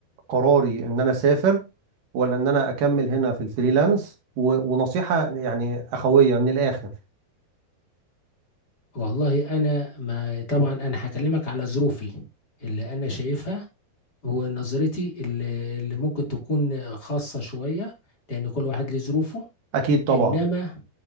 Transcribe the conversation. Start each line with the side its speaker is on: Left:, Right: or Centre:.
Right: قراري ان انا اسافر ولا ان انا اكمل هنا في الفريلانس و- ونصيحة يعني اخوية من الاخر
Left: والله انا ما طبعا انا هكلمك على ظروفي اللي انا شايفها ونظرتي اللي اللي ممكن تكون خاصة شوية لان كل واحد له ظروفه
Right: اكيد طبعا
Left: انما